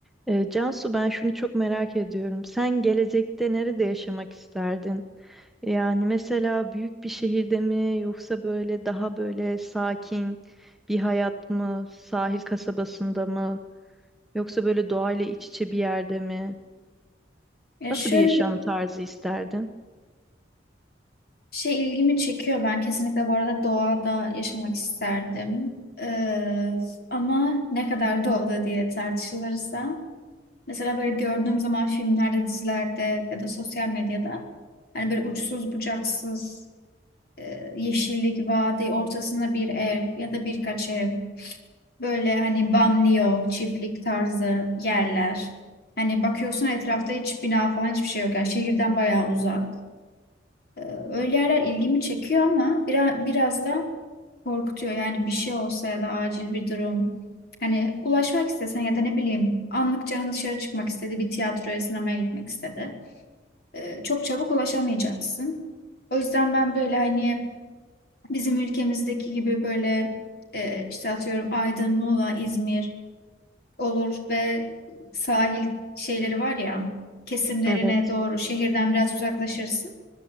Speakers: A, in the centre; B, on the left (about 55°).
A: Ee, Cansu ben şunu çok merak ediyorum. Sen gelecekte nerede yaşamak isterdin? Yani mesela büyük bir şehirde mi yoksa böyle daha böyle sakin bir hayat mı? Sahil kasabasında mı? Yoksa böyle doğayla iç içe bir yerde mi?
B: Ya
A: Nasıl
B: şöyle
A: bir yaşam tarzı isterdin?
B: şey ilgimi çekiyor. Ben kesinlikle bu arada doğada yaşamak isterdim. Ee, ama ne kadar doğada diye tartışılırsa. Mesela böyle gördüğüm zaman filmlerde, dizilerde ya da sosyal medyada hani böyle uçsuz bucaksız e, yeşillik, vadi, ortasında bir ev ya da birkaç ev. Böyle hani banliyö, çiftlik tarzı yerler. Hani bakıyorsun etrafta hiç bina falan hiçbir şey yok. Yani şehirden bayağı uzak. Ee, Öyle yerler ilgimi çekiyor ama biraz, biraz da korkutuyor. Yani bir şey olsa ya da acil bir durum. Hani ulaşmak istesen ya da ne bileyim anlık canın dışarı çıkmak istedi, bir tiyatroya, sinemaya gitmek istedi. Ee, çok çabuk ulaşamayacaksın. O yüzden ben böyle hani bizim ülkemizdeki gibi böyle e, işte atıyorum Aydın, Muğla, İzmir olur ve sahil şeyleri var ya kesimlerine
A: Evet.
B: doğru şehirden biraz uzaklaşırsın